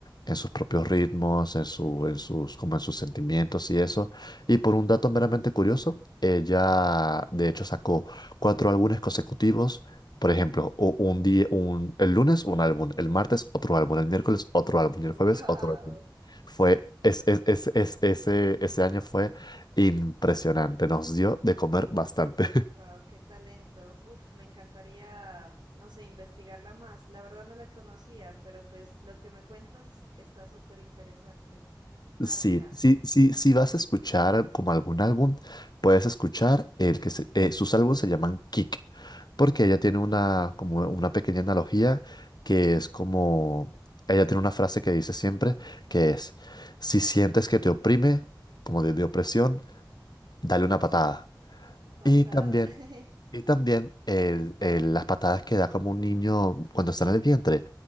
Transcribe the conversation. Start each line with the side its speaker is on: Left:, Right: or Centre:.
Left: en sus propios ritmos, en su, en sus, como en sus sentimientos y eso.
Right: sí.
Left: Y por un dato meramente curioso, ella de hecho sacó cuatro álbumes consecutivos. Por ejemplo, u- un día, un, el lunes un álbum, el martes otro álbum, el miércoles otro álbum
Right: Wow.
Left: y el jueves otro álbum. Fue, es, es- es- es- ese, ese año fue impresionante, nos dio de comer bastante.
Right: Wow, qué talento. Uf, me encantaría, no sé, investigarla más. La verdad no la conocía, pero pues lo que me cuentas está súper interesante. Arca.
Left: Sí, sí, sí, sí vas a escuchar como algún álbum, puedes escuchar el que se- eh, sus álbumes se llaman Kick, porque ella tiene una como una pequeña analogía que es como ella tiene
Right: Ah,
Left: una frase
Right: ok.
Left: que dice siempre que es si sientes que te oprime, como de, de opresión, dale una patada.
Right: Patada.
Left: Y también
Right: <laughs>
Left: y también el- el- las patadas que da como un niño cuando está en el vientre.